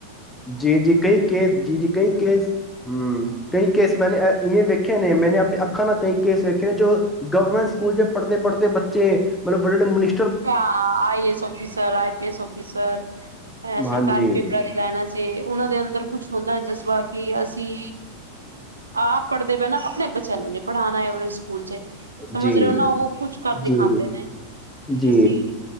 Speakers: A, in the centre; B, on the right.
A: ਜੀ ਜੀ ਕਈ ਕੇਸ ਜੀ ਜੀ ਕਈ ਕੇਸ ਹਮ ਕਈ ਕੇਸ ਮੈਂਨੇਵੇਂ ਵੇਖੇ ਨੇ ਮੈਨੇ ਆਪਣੇ ਅੱਖਾਂ ਨਾਲ ਕਈ ਕੇਸ ਵੇਖੇ ਨੇ ਜੋ ਗਵਰਮੈਂਟ ਸਕੂਲ ਚ ਪੜ੍ਹਦੇ-ਪੜ੍ਹਦੇ ਬੱਚੇ ਮਤਲਬ ਵੱਡੇ- ਵੱਡੇ ਮਨੀਸ
B: ਹਾਂ I P S officer I P S officer
A: ਹਾਂਜੀ
B: ਸਰਕਾਰੀ ਪੇਪਰਾਂ ਦੀ ਲੈਣਾ ਚ ਤੇ ਉਹਨਾਂ ਦੇ ਅੰਦਰ ਕੁਛ ਹੁੰਦਾ ਜਜ਼ਬਾ ਕਿ ਅਸੀਂ ਆਪ ਪੜ੍ਹਦੇ ਪਏ ਨਾ ਆਪਣੇ ਬੱਚਿਆਂ ਨੂੰ ਨਹੀਂੀ ਪੜ੍ਹਾਉਣਾ ਐ ਵਾਲੇ ਸਕੂ ਸਕੂਲ ਚ ਸਮਝ
A: ਜੀ
B: ਰਹੇ ਹੋ ਨਾ ਉਹ ਕੁਛ ਕਰ
A: ਜੀ
B: ਦਿਖਾਂਦੇ
A: ਜੀ
B: ਨੇ ਤੇ
A: ਜੀ
B: ਅਸੀਂ